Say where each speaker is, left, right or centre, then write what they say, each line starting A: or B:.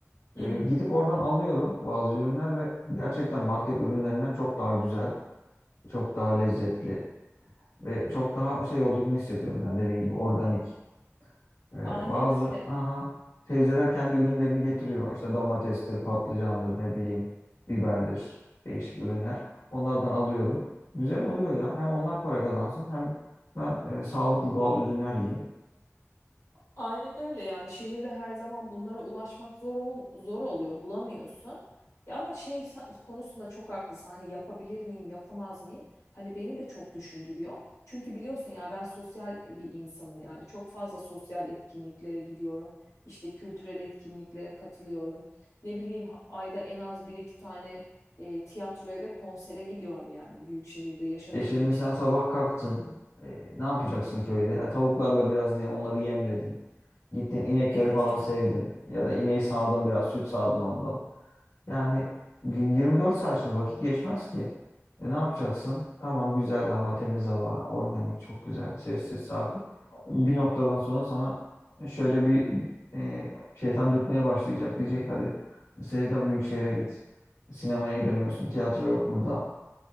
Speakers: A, on the left; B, on the left.
A: Hı
B: Ee,
A: hı.
B: gidip oradan alıyorum bazı ürünler ve gerçekten market ürünlerinden çok daha güzel, çok daha lezzetli ve çok daha şey olduğunu hissediyorum. Yani dediğin gibi organik. Ee,
A: Aynen
B: bazı
A: öyle.
B: aha teyzeler kendi ürünlerini getiriyor. İşte domatestir, patlıcandır, ne bileyim, biberdir, değişik ürünler. Onlardan alıyorum. Güzel oluyor ya. Hem onlar para kazansın hem ben e, sağlıklı doğal ürünler yiyeyim.
A: Aynen öyle yani şehirde her zaman bunlara ulaşmak zor ol- zor oluyor bulamıyorsun. Ya ama şey sa- konusunda çok haklısın hani yapabilir miyim yapamaz mıyım? Hani beni de çok düşündürüyor. Çünkü biliyorsun ya ben sosyal e, bir insanım yani çok fazla sosyal etkinliklere gidiyorum. İşte kültürel etkinliklere katılıyorum. Ne bileyim ha- ayda en az bir iki tane e, tiyatroya ve konsere gidiyorum yani büyük şehirde yaşadığım
B: E şimdi
A: için.
B: sen sabah kalktın. E, ne yapacaksın köyde? E, tavuklarla biraz diye onları yemledin. Gittin inekleri
A: Evet
B: falan
A: yani
B: sevdin. Ya da ineği sağdın biraz, süt sağdın ondan. Yani gün 24 saat şimdi vakit geçmez ki. E ne yapacaksın? Tamam güzel hava, temiz hava, organik çok güzel, sessiz, sakin. Bir noktadan sonra sana şöyle bir e, şeytan dürtmeye başlayacak. Diyecek hadi Sevda büyük şehre git. Sinemaya gidemiyorsun, tiyatro yok burada.